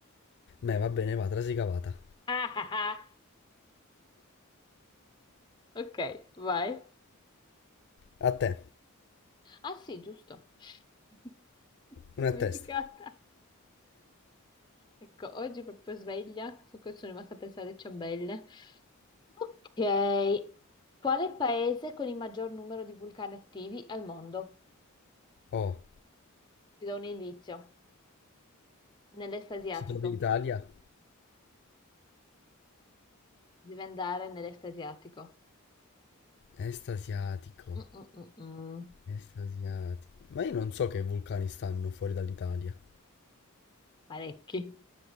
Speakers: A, on the left; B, on the left.
A: Beh, va bene, va, trasi cavata.
B: Ah, ah, ah. Ok, vai.
A: A te,
B: Ah sì, giusto. <laughs> Mi Sono
A: una
B: dimenticata.
A: a testa.
B: Ecco, oggi proprio sveglia, so che sono rimasta a pensare alle ciambelle. Ok, qual è il paese con il maggior numero di vulcani attivi al mondo?
A: Oh,
B: Ti do un indizio. Nell'est asiatico.
A: si trova in Italia?
B: Devi andare nell'est asiatico.
A: Est asiatico,
B: Mm, mm, mm, mm.
A: est asiatico. Ma io non so che vulcani stanno fuori dall'Italia.
B: Parecchi,